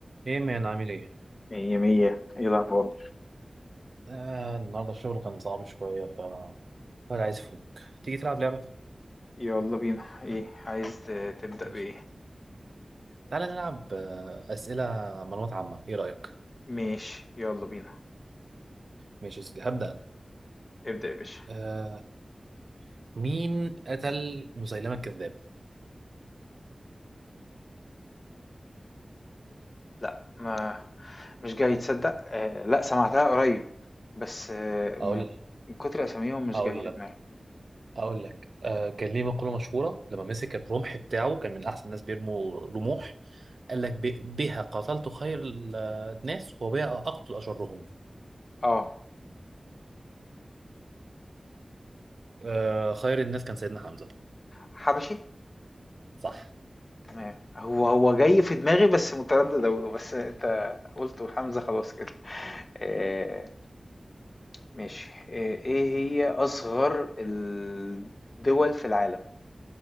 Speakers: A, on the right; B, on the left.
A: ايه مان عامل ايه؟
B: مية مية ايه الأخبار
A: آه النهارده الشغل كان صعب شوية ف ولا عايز افك تيجي تلعب لعبة؟
B: يلا بينا ايه عايز ت- تبدأ
A: ماشي
B: بإيه
A: تعالى نلعب آه أسئلة معلومات عامة ايه رأيك؟
B: ماشي يلا بينا
A: ماشي يا سيدي هبدأ أنا
B: ابدأ يا باشا
A: آه مين قتل مسيلمة الكذاب؟
B: لا ما مش جاي تصدق آه لا سمعتها قريب بس آه م-
A: أقول
B: من كتر أساميهم مش
A: أقول
B: جاي في
A: لك
B: دماغي
A: أقول لك آه كان ليه مقولة مشهورة لما مسك الرمح بتاعه كان من أحسن الناس بيرموا رموح قال لك ب- بها قتلت خير ال- الناس وبها أقتل أشرهم
B: اه
A: آه خير الناس كان سيدنا حمزة
B: حبشي
A: صح
B: تمام هو هو جاي في دماغي بس متردد أقوله بس أنت قلته حمزة خلاص كده آه ماشي آه ايه هي أصغر الدول في العالم